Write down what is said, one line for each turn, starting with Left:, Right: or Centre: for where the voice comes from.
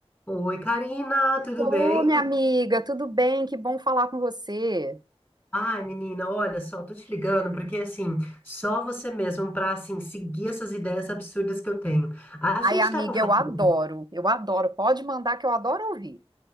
Left: Oi, Karina, tudo
Right: Ô,
Left: bem?
Right: minha amiga, tudo bem? Que bom falar com você.
Left: Ai, menina, olha só, tô te ligando porque assim, só você mesmo pra assim seguir essas ideias absurdas que eu tenho. A
Right: Ai,
Left: gente
Right: amiga,
Left: tava falando,
Right: eu adoro, eu adoro. Pode mandar que eu adoro ouvir.